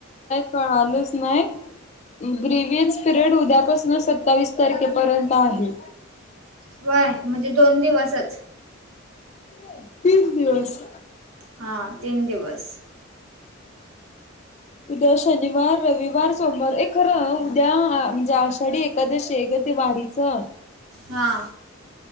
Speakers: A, on the left; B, on the right.
A: कळालंच न्हाई? ग्रेवीयन्स पिरियड उद्यापासून सत्तावीस तारखेपर्यंत आहे.
B: व्हय! म्हणजे दोन दिवसच.
A: <inaudible> दिवस
B: हा, तीन दिवस.
A: उद्या शनिवार, रविवार, सोमवार ए खरं उद्या आ म्हणजे आश आषाढी एकादशी आहे ग ते वारीचं
B: हा.